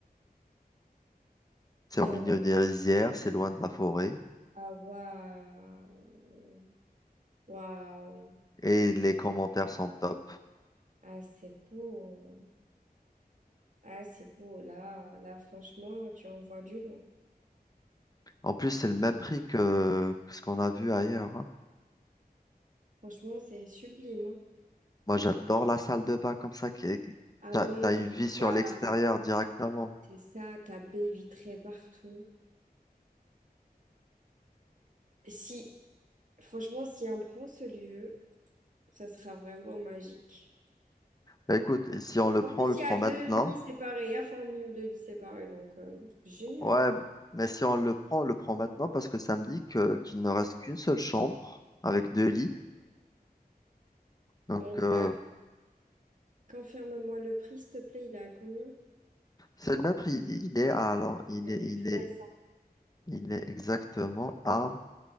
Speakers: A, on the left; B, on the right.
A: C'est au
B: Alors,
A: milieu des rizières, c'est loin de la forêt.
B: ah, waouh, waouh,
A: Et les commentaires sont top.
B: ah, c'est beau, ah, c'est beau. Là, là, franchement, tu envoies du lourd.
A: En plus,
B: C'est
A: c'est le même
B: beau.
A: prix que, que ce qu'on a vu ailleurs.
B: Franchement, c'est sublime. hein.
A: Moi, j'adore la salle de bain comme ça, qui qui-
B: Ah,
A: t'as,
B: ouais,
A: t'as une
B: en plus,
A: vie sur
B: t'as,
A: l'extérieur directement.
B: c'est ça, t'as baie vitrée partout. Si, franchement, si on prend ce lieu, ça sera vraiment magique.
A: Bah, Écoute, si on le
B: En
A: prend,
B: plus,
A: on le
B: il
A: prend
B: y a
A: maintenant.
B: deux lits séparés, il y a formule deux lits séparés, donc euh, génial.
A: Ouais, mais si on le prend, on le prend maintenant parce que ça me dit que, qu'il ne reste qu'une seule chambre avec deux lits. Donc,
B: Donc,
A: euh,
B: euh, confirme-moi le prix, s'il te plaît, il est à combien?
A: c'est le même prix. Il il est à- alors, il
B: Il est
A: est,
B: à 1500.
A: il est, il est exactement à